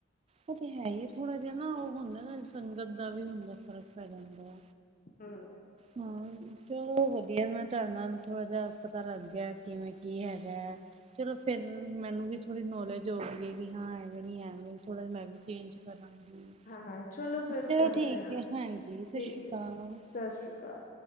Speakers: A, on the right (about 30°); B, on the left (about 40°).
A: ਉਹ ਤਾਂ ਹੈ ਹੀ, ਥੋੜਾ ਜਿਹਾ ਨਾ ਉਹ ਹੁੰਦਾ ਨਾ ਸੰਗਤ ਦਾ ਵੀ ਹੁੰਦਾ, ਫ਼ਰਕ ਪੈ ਜਾਂਦਾ।
B: ਹਾਂ।
A: ਹਾਂ ਚਲੋ ਵਧੀਆ, ਮੈਂ ਤੁਹਾਡੇ ਨਾਲ ਥੋੜਾ ਜਾ ਪਤਾ ਲੱਗ ਗਿਆ, ਕਿਵੇਂ ਕੀ ਹੈਗਾ ਹੈ। ਚਲੋ ਫੇਰ ਮੈਨੂੰ ਵੀ ਥੋੜ੍ਹੀ ਨੌਲੇਜ ਹੋ ਗਈ ਹੈ ਕਿ ਹਾਂ, ਐਵੇਂ ਨੀ ਐਵੇਂ, ਥੋੜਾ ਜ ਮੈਂ ਵੀ ਚੇਂਜ ਕਰਾਂ ਹਾਂਜੀ,
B: ਹਾਂ ਹਾਂ ਚਲੋ ਫਿਰ
A: ਚਲੋ
B: ਕਰਦੇ
A: ਠੀਕ
B: ਹਾਂ
A: ਹੈ, ਹਾਂਜੀ ਸਤਿ
B: ਠੀਕ
A: ਸ੍ਰੀ
B: ਹੈ
A: ਅਕਾਲ।
B: ਜੀ ਸਤਿ ਸ਼੍ਰੀ ਅਕਾਲ।